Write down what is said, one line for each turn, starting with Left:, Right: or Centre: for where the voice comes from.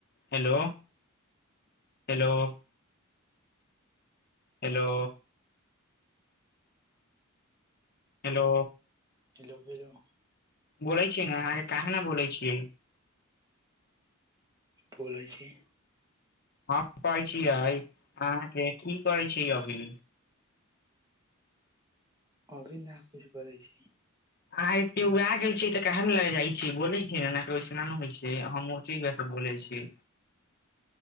Left: hello hello hello hello
Right: hello भेलेलो <inaudible>
Left: बोलै छियै ने अहाँके काह न बोलै छियै
Right: बोलै छी
Left: हम कहै छियै अहाँके की करै छै अभी
Right: अभी न कुछ करै छी
Left: अहाँ के के उए गेल छै तऽ कहल लग जाइ छै बोले छै एना ओैसना ने होइ छै हम ठ बोलै छी